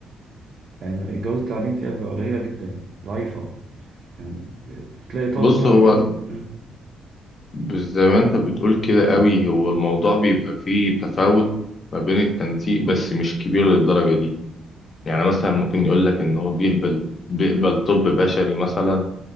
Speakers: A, on the right (about 55°); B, on the left (about 45°).
A: يعني جودة التعليم فيها بيبقى قليلة جدا ضعيفة يعني بتلاقي طالب
B: بص
A: طالع
B: هو
A: من مم.
B: بس زي ما انت بتقول كده قوي هو الموضوع بيبقى فيه تفاوت ما بين التنسيق بس مش كبير للدرجة دي يعني مثلا ممكن يقول لك ان هو بيقبل بيقبل طب بشري مثلا